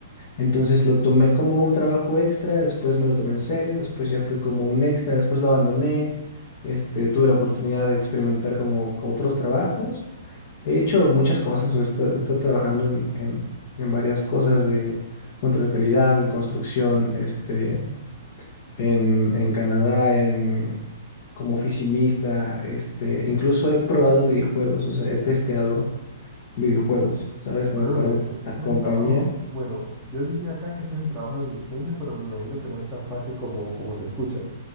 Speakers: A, on the left (about 40°); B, in the centre.
A: Entonces lo tomé como un trabajo extra, después me lo tomé en serio, después ya fue como un extra, después lo abandoné. Este, tuve la oportunidad de experimentar como otros trabajos. He hecho muchas cosas, o he esta- he estado trabajando en, en, en varias cosas de control de calidad, en construcción, este en, en Canadá, en, como oficinista, este, incluso he probado videojuegos, o sea, he testeado videojuegos, ¿sabes?
B: Brother,
A: Como para una
B: ese, ese
A: compañía.
B: es el trabajo, bueno, yo diría acá que este es el trabajo de mis sueños, pero me imagino que no es tan fácil como, como se escucha.